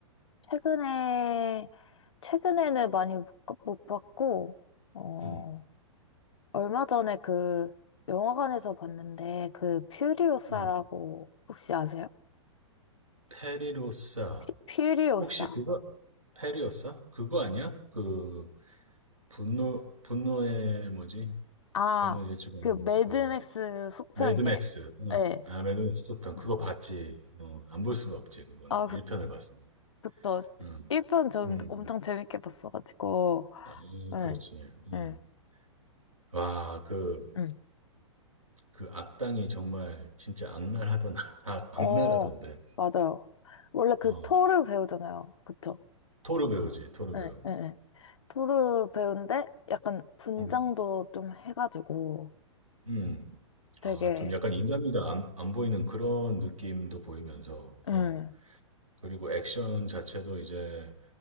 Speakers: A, on the left; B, on the right.
A: 최근에, 최근에는 많이 못, 못 봤고, 어,
B: 음,
A: 얼마 전에 그 영화관에서 봤는데, 그 퓨리오사라고
B: 음.
A: 혹시 아세요?
B: 페리로사.
A: 퓨, 퓨리오사.
B: 혹시 그거 페리오사 그거 아니야? 그 분노 분노의 뭐지?
A: 아,
B: 분노의 질주가 있는
A: 그 매드맥스
B: 그
A: 속편이에요.
B: 매드맥스. 응.
A: 네.
B: 아 매드맥스 속편 그거
A: 음,
B: 봤지.
A: 음.
B: 어, 안 볼 수가 없지 그거는
A: 아, 그,
B: 1편을 봤습니다.
A: 그쵸.
B: 응.
A: 1편 저는
B: 음.
A: 엄청 재밌게 봤어가지고,
B: 아,
A: 네.
B: 그렇지. 음.
A: 네.
B: 와, 그,
A: 응.
B: 그 악당이 정말 진짜 악랄하던, <laughs> 악,
A: 어,
B: 악랄하던데.
A: 맞아요. 원래 그
B: 어,
A: 토르 배우잖아요. 그쵸?
B: 토르 배우지, 토르
A: 예,
B: 배우.
A: 예, 예. 토르 배우인데 약간 분장도
B: 음.
A: 좀 해가지고
B: 음.
A: 되게,
B: 아, 좀 약간 인간미가 안, 안 보이는 그런 느낌도 보이면서,
A: 음,
B: 어. 그리고 액션 자체도 이제